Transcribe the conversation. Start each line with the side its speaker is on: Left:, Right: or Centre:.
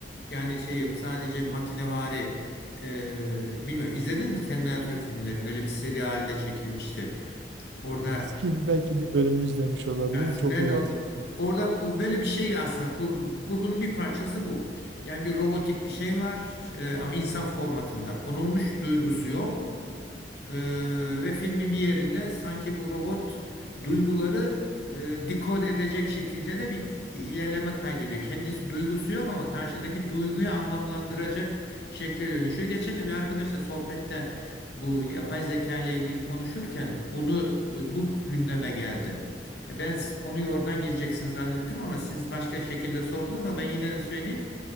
Left: Yani şey yok sadece makinevari e, bilmiyorum izlediniz mi Terminator filmlerini? Öyle bir seri haline çekilmişti. Orada
Right: Eski bir belki bir bölümünü izlemiş olabilirim.
Left: yani
Right: Çok
Left: ben
Right: iyi
Left: o
Right: hatırlamıyorum.
Left: Orada bu- böyle bir şey aslında kur- kurgunun bir parçası bu. Yani bir robotik bir şey var e, ama insan formatında konulmuş duygusu yok. Ee, ve filmin bir yerinde sanki bu robot duyguları e, dekod edecek şekilde de bir ilerleme kaydediyor. Kendisi duygusu yok ama karşıdaki duyguyu anlamlandıracak şekle dönüşüyor. Geçen de bir arkadaşla sohbette bu yapay zeka ile ilgili konuşurken bunu e, bu gündeme geldi. Ya ben s- konuyu oradan gireceksin zannettim ama siz başka şekilde sorduğunuz zaman ben yine de söyleyeyim